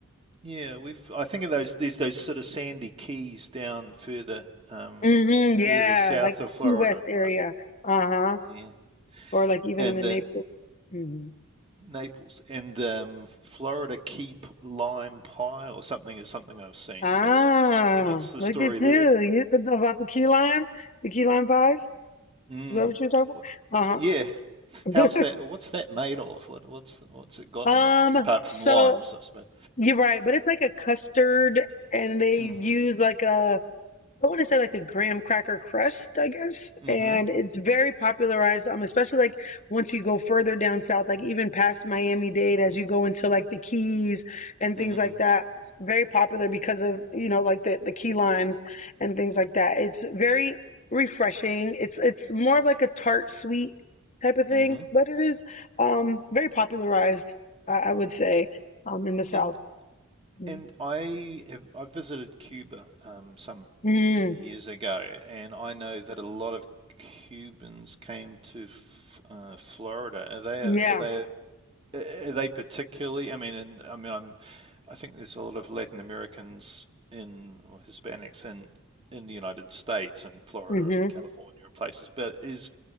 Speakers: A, on the right (about 25°); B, on the left (about 35°).
A: Yeah, we've. I think of those. There's those sort of sandy keys down further, um,
B: hmm
A: further
B: yeah,
A: south
B: like
A: of Florida,
B: Key West area.
A: right?
B: Uh-huh.
A: Yeah,
B: Or like even
A: and
B: in the
A: the
B: Naples. hmm
A: Naples and um, Florida key p- lime pie or something is something I've seen.
B: Ah,
A: What's what's the
B: look
A: story
B: at
A: there?
B: you. You could know about the key lime, the key lime pies.
A: Mm.
B: Is that what you're talking
A: What,
B: about?
A: yeah, how's
B: Uh-huh.
A: that?
B: <laughs>
A: What's that made of? What what's what's it got
B: Um,
A: in it apart
B: so
A: from limes, I suppose.
B: you're right, but it's like a custard and they
A: Mm-hmm.
B: use like a I want to say like a graham cracker crust, I guess.
A: Mm-hmm.
B: And it's very popularized, um, especially like once you go further down south, like even past Miami-Dade, as you go into like the Keys and
A: Mm-hmm.
B: things like that. Very popular because of, you know, like the, the key limes and things like that. It's very refreshing. It's it's more of like a tart sweet type of thing,
A: Mm-hmm.
B: but it is um very popularized, I, I would say, um, in the South.
A: And
B: Mm.
A: And I have, I visited Cuba um, some
B: Mm-hmm.
A: few years ago, and I know that a lot of Cubans came to f uh, Florida. Are they
B: Yeah.
A: are they are they particularly? I mean, and I mean, I'm, I think there's a lot of Latin Americans in or Hispanics in in the United States and Florida
B: Mm-hmm.
A: and California and places. But is